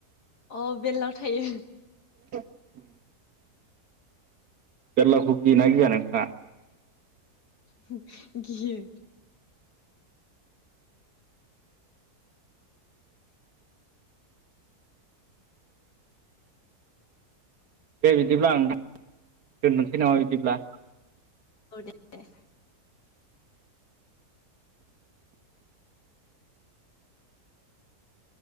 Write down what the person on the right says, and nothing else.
ओम बेरलावखौ गियोना गिया नोंथाङा
दे बिदिब्ला नोंथां दोननोसै नामा बिदिब्ला